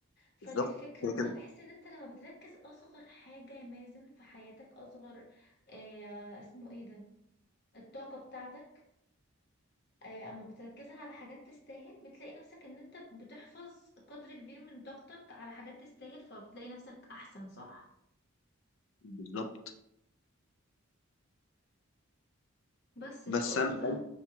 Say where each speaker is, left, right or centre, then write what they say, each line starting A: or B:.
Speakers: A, on the left; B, on the left.
A: فدي
B: بالظبط
A: الفكرة
B: كده
A: ان انا
B: كده
A: بحس ان انت لما بتركز اصغر حاجة يا مازن في حياتك اصغر آه اسمه ايه ده الطاقة بتاعتك آه اما بتركزها على حاجات تستاهل بتلاقي نفسك ان انت بتحفظ قدر كبير من طاقتك على حاجات تستاهل فبتلاقي نفسك احسن صح
B: بالظبط
A: بس فقولي
B: بس انا
A: بقى